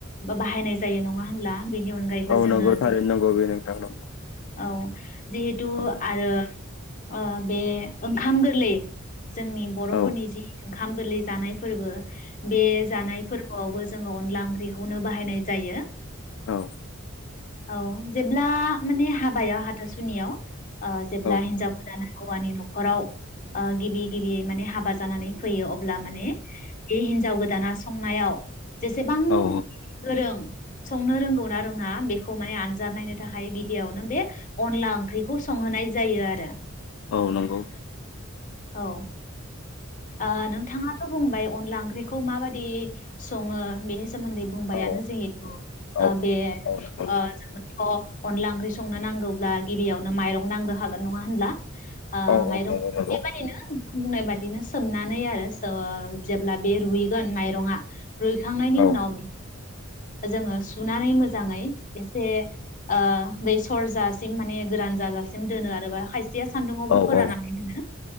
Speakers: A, on the left; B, on the left.
A: बाहायनाय जायो नङा होनब्ला बेनि अनगायैबो
B: औ
A: जोङो
B: नगौ थारै
A: जि
B: नगौ बि नोंथां नंगौ
A: औ जिहेतु
B: औ
A: आरो अ बे ओंखाम गोरलै जोंनि बरफोरनि
B: औ
A: जि दं ओंखाम गोरलै जानाय फोरबो बे जानाय फोरबोआवबो जोङो अनला ओंख्रि बेखौनो बाहायनाय जायो
B: औ
A: औ जेब्ला माने हाबायाव हाथासुनियाव अ जेब्ला
B: औ
A: हिनजावफोरा ना हौवानि न नखराव ओ गिबि गिबि माने हाबा जानानै फैयो अब ला माने बे हिनजाव गोदाना संनायाव जेसेबां
B: औ औ
A: गोरों संनो रोंगौ ना रोङा बेखौ माने आनजाद नायनो थाखाय गिबियावनो बे अनला ओंख्रिखौ संहोनाय जायो आरो
B: औ नंगौ
A: औ ओ नोंथाङा थ बुंबाय अनला ओंख्रिखौ माबादि सङो बेनि सोमोन्दै बुंबायानो
B: औ
A: जिहेथु
B: औ
A: ओ बे
B: औ नंगौ
A: ओ जोंथ अनला ओंख्रि संनो नांगौब्ला गिबियावनो माइरं नांग्रोखागोन नङा होनब्ला ओ
B: औ
A: माइरं
B: औ नंगौ नंगौ
A: बे बादिनो बुंनाय बादिनो सोमनानै आरो स जेब्ला बे रुइगोन माइरंआ रुइखांनायनि
B: औ
A: उनाव जोङो सुनानै मोजाङै एसे ओ दै सरजासिम माने गोरान जाजासिम दोनो आरोबा खाय सिया सान्दुङावबो
B: औ
A: फोरानाखै
B: औ
A: दोनो